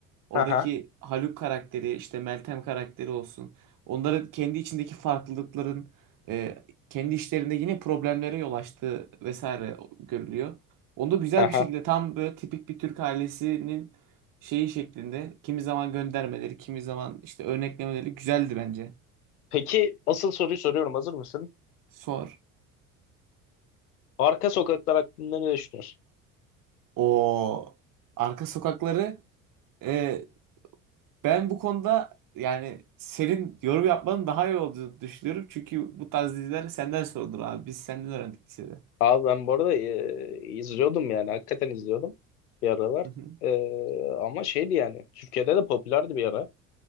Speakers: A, on the right (about 45°); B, on the left (about 80°).
A: Oradaki
B: Aha.
A: Haluk karakteri işte Meltem karakteri olsun. Onların kendi içindeki farklılıkların e, kendi işlerinde yine problemlere yol açtığı vesaire görülüyor. Onda güzel
B: Aha.
A: bir şekilde tam böyle tipik bir Türk ailesinin şeyi şeklinde kimi zaman göndermeleri, kimi zaman işte örneklemeleri güzeldi bence.
B: Peki asıl soruyu soruyorum. Hazır mısın?
A: Sor.
B: Arka sokaklar hakkında ne düşünüyorsun?
A: O arka sokakları e, ben bu konuda yani senin yorum yapmanın daha iyi olduğunu düşünüyorum. Çünkü bu tarz diziler senden sorulur abi. Biz senden öğrendik lisede.
B: Abi ben bu arada e, izliyordum yani. Hakikaten izliyordum bir aralar.
A: Hı hı.
B: Ee, ama şeydi yani. Türkiye'de de popülerdi bir ara.